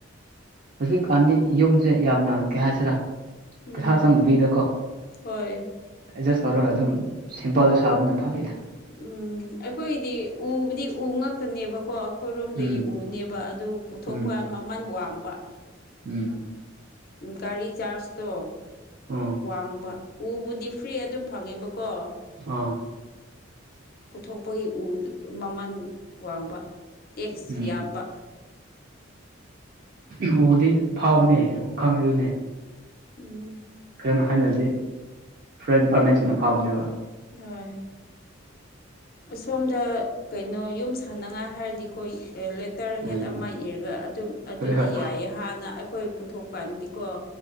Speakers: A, on the right; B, on the left.
A: ꯍꯧꯖꯤꯛꯀꯥꯟꯗꯤ ꯌꯨꯝꯁꯦ ꯌꯥꯝꯅ ꯀꯩ ꯍꯥꯏꯁꯤꯔꯥ
B: ꯎꯝ
A: ꯄꯩꯁꯥ ꯆꯪꯗꯕꯤꯗꯀꯣ
B: ꯍꯣꯏ
A: ꯑꯦꯠꯖꯁ ꯇꯧꯔꯒ ꯑꯗꯨꯝ ꯁꯤꯝꯄꯜꯗ ꯁꯥꯕꯅ ꯐꯋꯗ
B: ꯎꯝ ꯑꯩꯈꯣꯏꯒꯤꯗꯤ ꯎꯕꯨꯗꯤ ꯎ ꯉꯛꯇꯅꯦꯕꯀꯣ ꯑꯩꯈꯣꯏꯔꯣꯝꯗꯒꯤ
A: ꯎꯝ
B: ꯎꯅꯦꯕ ꯑꯗꯨ ꯄꯨꯊꯣꯛꯄ
A: ꯎꯝ
B: ꯃꯃꯜ ꯋꯥꯡꯕ
A: ꯎꯝ
B: ꯒꯥꯔꯤ ꯆꯖꯥꯔꯖꯇꯣ
A: ꯑꯣ
B: ꯋꯥꯡꯕ ꯎꯕꯨꯗꯤ ꯐ꯭ꯔꯤ ꯑꯗꯨꯝ ꯐꯪꯉꯦꯕꯀꯣ
A: ꯑꯥ
B: ꯄꯨꯊꯣꯛꯄꯒꯤ ꯎ ꯃꯃꯜ ꯋꯥꯡꯕ ꯇꯦꯛꯁ
A: ꯎꯝ
B: ꯌꯥꯝꯕ
A: ꯎꯝ ꯎꯗꯤ ꯐꯥꯎꯕꯅꯦ ꯈꯪꯉꯅꯦ
B: ꯎꯝ
A: ꯑꯗꯨꯅ ꯍꯥꯏꯅꯗꯤ ꯐꯣꯔꯦꯁ ꯗꯤꯄꯥꯔꯠꯃꯦꯟꯁꯤꯅ ꯐꯥꯕꯅꯦꯕ
B: ꯍꯣꯏ ꯑꯁꯣꯝꯗ ꯀꯩꯅꯣ ꯌꯨꯝ ꯁꯥꯟꯅꯉꯥꯏ ꯍꯥꯏꯔꯗꯤ ꯑꯩꯈꯣꯏ ꯇꯦꯛꯇꯔ
A: ꯎꯝ
B: ꯍꯦꯠ ꯑꯃ ꯏꯔꯒ ꯑꯗꯨꯝ ꯑꯗꯨꯗꯤ
A: ꯍꯣꯏ ꯍꯣꯏ
B: ꯌꯥꯏꯌꯦ ꯍꯥꯟꯅ ꯑꯩꯈꯣꯏ ꯄꯨꯊꯣꯛꯀꯥꯟꯗꯤꯀꯣ